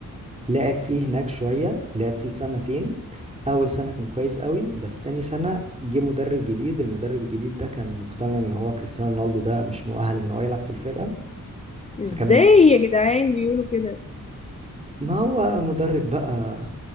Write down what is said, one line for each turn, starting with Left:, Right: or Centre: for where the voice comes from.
Right: لعب فيه هناك شوية لعب فيه سنتين أول سنة كان كويس قوي بس تاني سنة جه مدرب جديد المدرب الجديد ده كان مقتنع إن هو كريستيانو رونالدو ده مش مؤهل إن هو يلعب في الفرقة
Left: ازاي
Right: فكان
Left: يا جدعان بيقولوا كده
Right: ما هو مدرب بقى